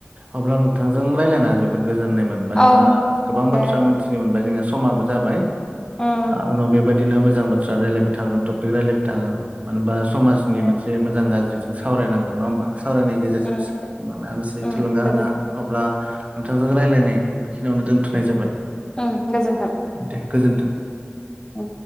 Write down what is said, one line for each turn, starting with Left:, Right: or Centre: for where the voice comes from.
Right: अब्ला नोंथांजों रायज्लायना जोबोद गोजोननाय मोनबाय
Left: औ
Right: बा गोबां
Left: दे
Right: बाथ्रा मोनथिनो मोनबाय जोंनि समाबो जाबाय
Left: उम
Right: उनाव बेबा दिनो मोजां बाथ्रा रायलायबाय थागोन तपिक रायबाय थागोन मानो होनबा समाजनि
Left: दे
Right: मोनसे मोजां गाज्रि जों सावरायनांगोन नङा होमबा सावरायनायनि गेजेरजोंसो
Left: उम
Right: जोङो माबा मोनसे
Left: उम
Right: थुलुंगा
Left: गोजोन
Right: होनो हागोन अब्ला नोंथांजों रायलायनायखौ बेखिनियावनो दोनथ'नाय जाबाय।
Left: ओं गोजोनथों।
Right: दे गोजोन्थों
Left: औ